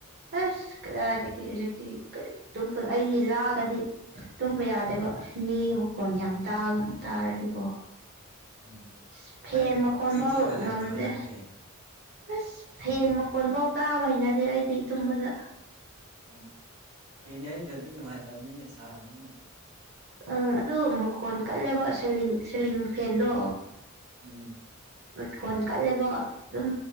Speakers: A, on the right; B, on the right.
A: ꯑꯁ ꯀꯗꯥꯥꯏꯗꯒꯤ ꯍꯨꯖꯤꯛꯇꯤ ꯀꯔꯤ ꯑꯗꯨꯝꯄ ꯑꯩꯗꯤ ꯂꯥꯛꯉꯗꯤ ꯇꯨꯝꯕ ꯌꯥꯗꯦꯕ ꯃꯤꯒꯤ ꯃꯈꯣꯟ
B: ꯑꯣ
A: ꯌꯥꯝ ꯇꯥꯒꯨꯝ ꯇꯥꯔꯗꯤꯀꯣ
B: ꯎꯝ
A: ꯑꯁ ꯐꯦꯟ
B: ꯅꯪ
A: ꯃꯈꯣꯟ
B: ꯏꯆꯤꯛ
A: ꯕꯥꯎ
B: ꯆꯤꯛꯅ ꯂꯩꯇ꯭ꯔꯣ
A: ꯉꯝꯗꯦ
B: ꯅꯪꯗꯤ
A: ꯑꯁ ꯐꯦꯟ ꯃꯀꯣꯟ ꯐꯥꯎ ꯇꯥꯕ ꯍꯩꯅꯗꯦ ꯑꯩꯗꯤ ꯇꯨꯝꯕꯗ
B: ꯎꯝ ꯐꯦꯟ ꯌꯩꯗꯗꯤ ꯅꯨꯡꯉꯥꯏꯇꯕꯅꯤꯅꯦ ꯁꯥꯕꯅꯤꯅ
A: ꯑꯥ ꯑꯗꯨ ꯃꯈꯣꯟ ꯀꯜꯂꯦꯕꯥ ꯁꯦꯂꯤꯡ ꯁꯦꯂꯤꯡ ꯐꯦꯟꯗꯣ
B: ꯎꯝ
A: ꯂꯩꯈꯣꯟ ꯀꯠꯂꯦꯕ ꯑꯗꯨꯝ